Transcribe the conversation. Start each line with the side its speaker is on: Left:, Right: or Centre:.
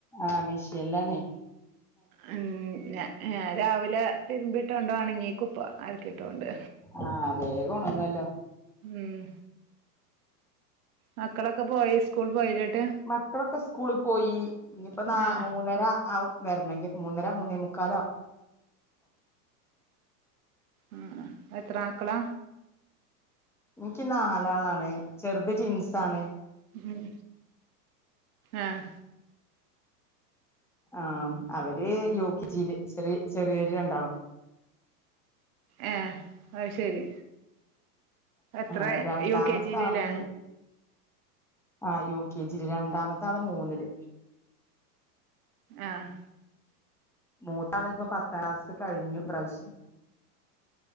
Centre: ആഹ് മിഷീനിലാണെ
Right: ഉം ഞാൻ രാവിലെ തിരുമ്പി ഇട്ടോണ്ട് ഒണങ്ങി ഏക്കും ഇപ്പം അലക്കിട്ടോണ്ട്
Centre: ആഹ് വേഗം ഒണങ്ങുല്ലോ
Right: ഉം മക്കളൊക്കെ പോയി സ്കൂൾ പോയിലെട്ട്
Centre: മക്കളൊക്കെ സ്കൂളി പോയി ഇനിപ്പ നാ
Right: ആഹ്
Centre: മൂന്നര ആവും വെരണെങ്കി മൂന്നര മൂന്നേ മുക്കാലാവും
Right: ഉം എത്ര മക്കളാ
Centre: ഇൻക്കി നാലാളാണ് ചെറുത് ട്വിൻസ്സാണ്
Right: ഉം ആഹ്
Centre: ആഹ് അവര് യു കെ ജി യില് ചെറിയ ചെറിയവര് രണ്ടാളും
Right: ഏഹ് അത് ശരി എത്രെ
Centre: ആഹ് രണ്ടാമത്തെ
Right: യു കെ ജി ല്
Centre: ആള്
Right: ലെ
Centre: ആഹ് യു കെ ജി ല് രണ്ടാമത്താള് മൂന്നില്
Right: ആഹ്
Centre: മൂത്താള് ഇപ്പ പത്താംക്ലാസ് കഴിഞ്ഞു ഈ പ്രാവശ്യം